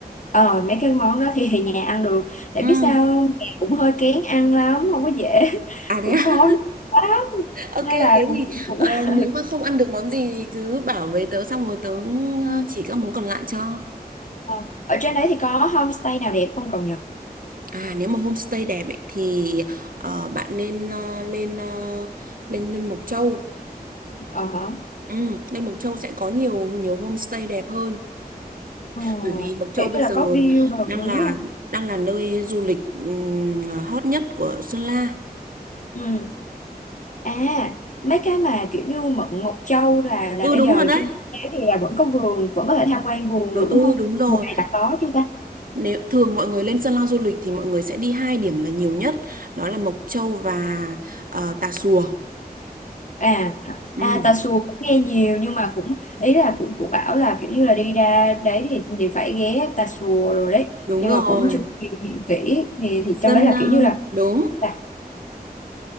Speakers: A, on the left; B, on the right.
A: Ờ mấy cái món đó thì, thì nhà ăn được Để
B: Ừm.
A: biết sao không? nhà cũng hơi kén ăn lắm Không có dễ <laughs>
B: à thế
A: Cũng
B: à? <laughs>
A: khó nuôi lắm
B: ok
A: Nên
B: thế
A: là cũng,
B: thì
A: cũng, cũng...
B: ờ,
A: <laughs>
B: nếu mà không ăn được món gì thì cứ bảo với tớ xong rồi tớ
A: Ừ.
B: ờ, chỉ các món còn lại cho
A: Ờ, Ở trên đấy thì có homestay nào đẹp không cậu nhỉ
B: à nếu mà homestay đẹp ấy, thì ờ, bạn nên ờ, lên ờ, lên lên Mộc Châu
A: Ờ hả
B: Ừm, lên Mộc Châu sẽ có nhiều nhiều homestay đẹp hơn
A: Ờ,
B: bởi vì Mộc Châu
A: kiểu
B: bây
A: như
B: giờ
A: là có view đồi
B: đang
A: núi
B: là
A: không?
B: đang là nơi du lịch ừm, hot nhất của Sơn La
A: ừ. À mấy cái mà kiểu như Mận Mộc Châu là là
B: ừ
A: bây
B: đúng
A: giờ
B: rồi đấy
A: trên đấy thì là vẫn có vườn Vẫn có thể tham quan vườn
B: Ừ
A: được
B: ừ,
A: đúng không
B: đúng rồi
A: Mùa này là có chứ ta?
B: nếu thường mọi người lên Sơn La du lịch thì mọi người sẽ đi hai điểm là nhiều nhất đó là Mộc Châu và ờ, Tà Xùa
A: à hả?
B: ừ,
A: à tà xùa cũng nghe nhiều nhưng mà cũng ý là cũng cũng bảo là kiểu như là đi ra đấy thì thì phải ghé tà xùa rồi đấy
B: đúng
A: nhưng
B: rồi
A: mà cũng chưa có tìm hiểu kỹ thì
B: dân
A: thì trong đấy là
B: ờ,
A: kiểu như là
B: đúng
A: là